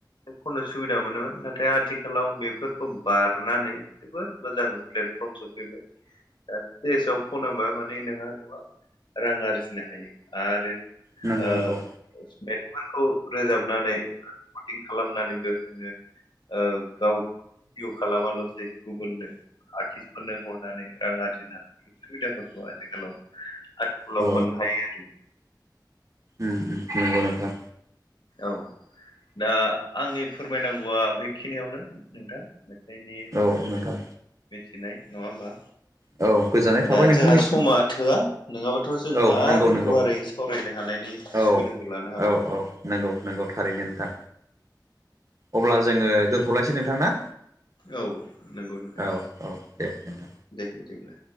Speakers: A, on the left; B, on the right.
A: खनो सुबिदा मोनोमोन नाथाय आथिखालाव बेफोरखौ बारनानै जोबोद मोजां प्लेटफर्मसफैबाय द सिटेजाव फनोबा माने नोंहा गोबां रां आरजिनो हायो आरो
B: नंगौ
A: ओ
B: नंगौ
A: मेथायफोरखौ रोजाबनानै रेखदिं खालामनानैबो नोङो गाव भडिअ खालामाल'सै गुबुननो आर्टिस्टफोरनो हरनानै रां आरजिना सुबिदाफोरखौ आथिखालाव आथिखलाव
B: औ
A: मोननो हायो। आरो
B: उ उ नंगौ नोंथां
A: औ दा आंनि फोरमायनांगौआ बेखिनियावनो नोंथां। मेथाइनि मा
B: औ नोंथां
A: मिथिनाय नङा होमबा
B: औ गोजोननाय थाबाय
A: दा
B: नोंथांनिसिम
A: जोंहा समा थोआ नङाबाथ' जों
B: औ
A: आरो
B: नंगौ नंगौ
A: गुवारै सावरायनो हानायनि सुबिदा
B: औ
A: लानो हाबावौमोन
B: औ औ नंगौ नंगौ थारैनो नोंथां अब्ला जोङो दोनथ'लायसै नोंथां ना
A: औ नंगौ नोंथां
B: औ औ दे नोंथां
A: दे बिदिब्ला